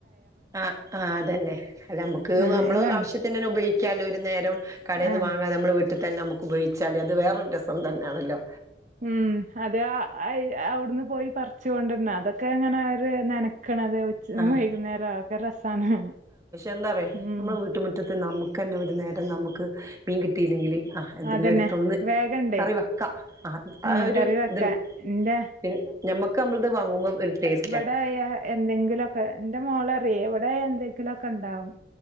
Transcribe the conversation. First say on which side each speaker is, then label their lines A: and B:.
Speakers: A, on the right; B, on the right.
A: ആഹ് ആഹ് അതന്നെ അല്ല മ്മക്ക്
B: ആഹ്
A: നമ്മള്
B: എല്ലാം ഉണ്ട്
A: ആവശ്യത്തി ത്തിനെല്ലാം ഉപയിക്കാലൊരു നേരം കടയിന്ന്
B: ആഹ്
A: വാങ്ങാതെ നമ്മള് വീട്ടിതന്നെ ബു ഉപയോഗിച്ചാല് അത് വേറൊരു രസം തന്നെണല്ലോ
B: ഹും അത് അയി അവിടുന്ന് പോയി പറിച്ച് കൊണ്ടര്ണാ അതൊ ഒക്കെ അങ്ങനെ അവര് നനക്കണത് ഉച്ച
A: ആഹ്
B: വൈകുന്നേരം ഒക്കെ രസാണ്
A: എന്താറയൊ
B: ഉം
A: നമ്മുടെ വീട്ടുമുറ്റത്ത് നമുക്കെന്നെ ഒരു നേരം നമുക്ക് മീൻ കിട്ടിയില്ലെങ്കിൽ ആഹ് എന്തെങ്കിലും
B: അതന്നെ
A: എടുത്തൊന്ന്
B: വേഗണ്ടേ
A: കറി വെക്കാ ആഹ്
B: ഉം
A: ആഹ് ഒരു
B: കറി വെക്കാ
A: ഇത്ണ്ട്
B: ഇന്റെ
A: പിന്നെ നമ്മുക്ക് നമ്മളത് വാങ്ങുമ്പോ ഒരു ടേസ്റ്റ്
B: ഇവടായ എന്തെങ്കിലൊക്കെ എന്റെ മോളറിയേ ഇവിടെയായ എന്തെങ്കിലൊക്കെണ്ടാവും